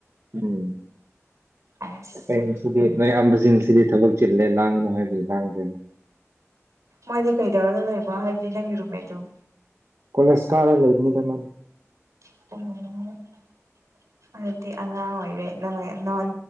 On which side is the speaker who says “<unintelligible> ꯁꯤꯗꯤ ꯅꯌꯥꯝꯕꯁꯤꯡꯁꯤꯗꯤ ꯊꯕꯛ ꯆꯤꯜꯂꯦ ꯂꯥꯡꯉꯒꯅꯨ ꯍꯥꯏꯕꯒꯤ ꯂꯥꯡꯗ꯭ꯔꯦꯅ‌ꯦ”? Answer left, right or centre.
Right